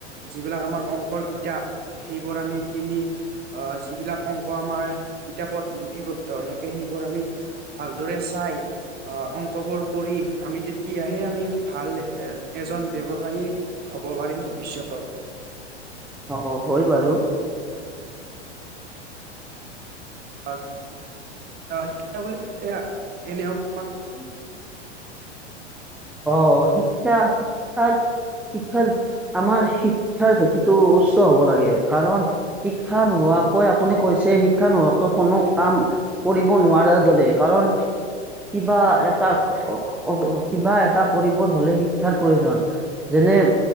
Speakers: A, on the right (about 25°); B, in the centre.
A: যিবিলাক আমাৰ অংকৰ কিতাপ সেইবোৰ আমি কিনি। আহ যিবিলাক অংক আমাৰ কিতাপত লিপিবদ্ধ হৈ থাকে। সেইবোৰ আমি ভালদৰে চাই অ' অংকবোৰ কৰি, আমি তেতিয়াহে আমি ভাল এ এজন ব্যৱসায়ী হব পাৰিম ভৱিষ্যতত।
B: অ' হয় বাৰু!
A: <unintelligible>
B: <unintelligible> অ' শিক্ষা শিক্ষাৰ শিক্ষাৰ আমাৰ শিক্ষাৰ ভেটিটো উচ্চ হ'ব লাগে। কাৰণ শিক্ষা নোহোৱাকৈ আপুনি কৈছে, শিক্ষা নোহোৱাকৈ কোনো কাম কৰিব নোৱাৰাৰ দৰে কাৰণ কিবা এটা কিবা এটা কৰিব হলে শিক্ষাৰ প্ৰয়োজন। যেনে